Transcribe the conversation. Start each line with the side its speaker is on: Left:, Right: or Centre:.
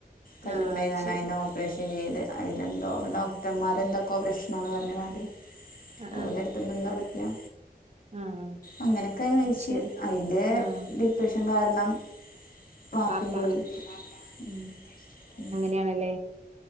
Left: കല്ല്ണ്ടായികാണ്ട്
Right: ആഹ് അത് ശരി
Left: അയ്നോ ഓപ്പറേഷൻ ചെയ്ത് അയിലെന്തോ
Right: ആഹ്
Left: ഡോക്ടർമാരെന്തൊക്കോ പ്രശ്നാന്ന് പറഞ്കാണ്ട്
Right: ആഹ്
Left: ഒരാട്തന്ന് ന്തോ പറ്റിയാ
Right: ആഹ്
Left: അങ്ങനെക്കായി മരിച്ച്
Right: അത് ശരി
Left: അയ്ന്റെ
Right: ആഹ്
Left: ഡിപ്രഷൻ കാരണം. വാപ്പിം
Right: വാപ്പ
Left: പോയി ഉം ഉം
Right: അങ്ങനയാണല്ലേ